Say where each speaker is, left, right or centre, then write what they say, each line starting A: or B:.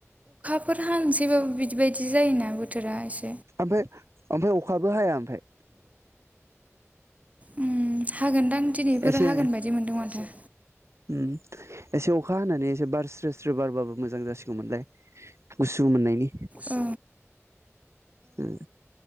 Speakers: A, on the right; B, on the right.
A: अखाफोर हासैबाबो बिदिबायदि जायोना बोथोरा एसे।
B: ओमफ्राय ओमफ्राय अखाबो हाया ओमफाय।
A: ओम हागोनदां। दिनैफोर
B: एसे
A: हागोन बायदि मोनदों माथो।
B: उम एसे अख खा हानानै एसे बार स्रो स्रो बारबाबो मोजां जासिगौमोनलाय। गुसु मोननायनि
A: औ
B: उ